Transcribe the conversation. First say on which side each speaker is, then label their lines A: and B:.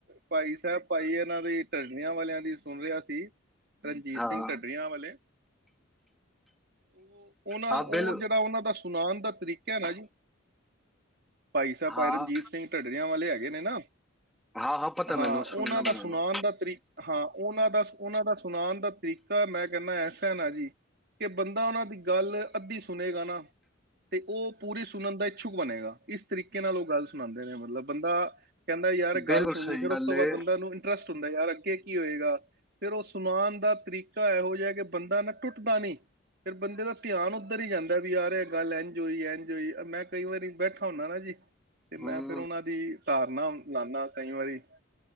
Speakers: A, on the right; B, in the centre.
A: ਭਾਈ ਸਾਹਿਬ ਭਾਈ ਇਹਨਾਂ ਦੀ ਟੱਡੀਆਂ ਵਾਲਿਆਂ ਦੀ ਸੁਣ ਰਿਹਾ ਸੀ ਰਣਜੀਤ ਸਿੰਘ ਟੱ ਰਣਜੀਤ
B: ਹਾਂ
A: ਸਿੰਘ ਢੱਡਰੀਆਂ ਵਾਲੇ। ਉਹ ਉਹਨਾਂ
B: ਹਾਂ
A: ਉਹ
B: ਬਿਲ
A: ਜਿਹੜਾ ਉਹਨਾਂ ਦਾ ਸੁਣਾਉਣ ਦਾ ਤਰੀਕਾ ਨਾ ਜੀ ਭਾਈ ਸਾਹਿਬ
B: ਹਾਂ
A: ਭਾਈ ਰਣਜੀਤ ਸਿੰਘ ਢੱਡਰਿਆਂ ਵਾਲੇ ਹੈਗੇ ਨੇ ਨਾ
B: ਹਾਂ ਪਤਾ
A: ਹਾਂ
B: ਮੈਨੂੰ
A: ਉਹਨਾਂ
B: ਸੁਣਨਾ ਮੈਨੂੰ
A: ਦਾ ਸੁਣਾਉਣ ਦਾ ਤਰੀਕਾ ਹਾਂ ਉਹਨਾਂ ਦਾ ਉਹਨਾਂ ਦਾ ਸੁਣਾਉਣ ਦਾ ਤਰੀਕਾ ਮੈਂ ਕਹਿੰਦਾ ਐਸਾ ਨਾ ਜੀ ਕਿ ਬੰਦਾ ਉਹਨਾਂ ਦੀ ਗੱਲ ਅੱਧੀ ਸੁਣੇਗਾ ਨਾ ਤੇ ਉਹ ਪੂਰੀ ਸੁਣਨ ਦਾ ਇੱਛੁਕ ਬਣੇਗਾ, ਇਸ ਤ। ਰੀਕੇ ਨਾਲ ਉਹ ਗੱਲ ਸੁਣਾਉਂਦੇ ਨੇ ਮਤਲਬ ਬੰਦਾ ਕਹਿੰਦਾ ਯਾਰ
B: ਬਿਲਕੁਲ
A: ਗੱਲ ਸੁਣੀ
B: ਸਹੀ
A: ਫਿਰ
B: ਗੱਲ
A: ਉਸ ਤੋਂ
B: ਹੈ
A: ਬਾਅਦ ਬੰਦਾ ਨੂੰ ਇਸਟ ਹੁੰਦਾ ਯਾਰ ਅੱਗੇ ਕੀ ਹੋਏਗਾ ਫ਼ੇਰ ਉਹ ਸੁਣਾਉਣ ਦਾ ਤਰੀਕਾ ਇਹੋ ਜਿਹਾ ਕਿ ਬੰਦਾ ਨਾ ਟੁੱਟ ਤਾਂ ਨਹੀਂ ਫਿਰ ਬੰਦੇ ਦਾ ਧਿਆਨ ਉੱਧਰ ਹੀ ਜਾਂਦਾ ਵੀ ਯਾਰ ਗੱਲ ਇੰਝ ਹੋਈ ਇੰਝ ਹੋਈ ਮੈਂ ਕਈ ਵਾਰੀ ਬੈਠਾ ਖਾਉਦਾ ਨਾ ਜੀ ਤੇ
B: ਹਮ
A: ਮੈਂ ਫੇਿਰ ਉਹਨਾ ਦੀ ਤਾਰਨਾ ਲਾਦਾ ਕਈ ਵਾਰੀ